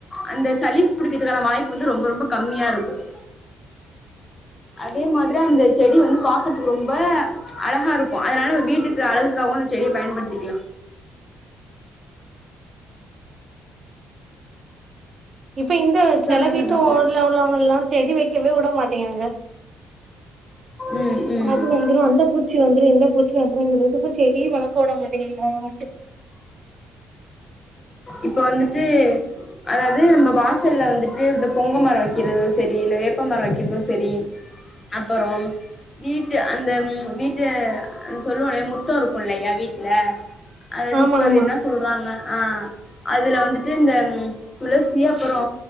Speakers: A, on the left; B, on the right.
A: அந்த சளி புடிக்கிறதுக்கான வாய்ப்பு வந்து ரொம்ப ரொம்ப கம்மியா இருக்கும் அதே மாதிரி அந்த செடி வந்து பாக்கறதுக்கு ரொம்ப அழகா இருக்கும் அதனால வீட்டுக்கு அழகுக்காகவு அந்த செடிய பயன்படுத்திக்கிலா
B: இப்ப இந்த செல
A: சொல்லுங்க
B: வீட்டு
A: தோ
B: ஓடுல உள்ளவங்க எல்லா செடி வக்கவே உட மாட்டிங்கிறாங்க
A: ம் ம்
B: அது வந்துரு அந்த பூச்சி வந்துரு இந்த பூச்சி வந்துரு ப்பும் செடி வளக் கூட மாட்டிங்கலான்ட்டு
A: இப்போ வந்துட்டு அதாவது நம்ப வாசல்ல வந்துட்டு இந்த பொங்க மரோ வக்கறது செரி இல்ல வேப்ப மரோ வக்கிறதும் செரி அப்றோ வீட்டு அந்த வீட்டு சொல்லுவோ இல்லையா முத்தோ இருக்கு இல்லையா வீட் ல அதாவது
B: ஆமா
A: இப்ப அது
B: ஆமா
A: என்ன சொல்றாங்க ஆ அதுல வந்துட்டு இந்த துளசி அப்றோ